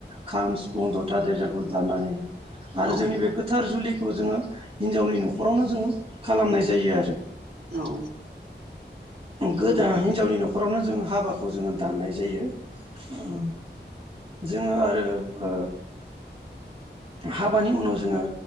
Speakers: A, on the right (about 30°); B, on the right (about 75°).
A: खाम सिफुं जथा देरजाखौ दामनानै
B: औ
A: आरो जोंनि बे गोथार जुलिखौ जोंङो हिनजावनि न'खरावनो जोंङो खालामनाय जायो आरो।
B: औ
A: गोदा
B: नंगौ
A: हिनजावनि न'खरावनो जों हाबाखौ जोंङो दाननाय जायो ओ जोंङो आरो ओ हाबानि उनाव जोंङो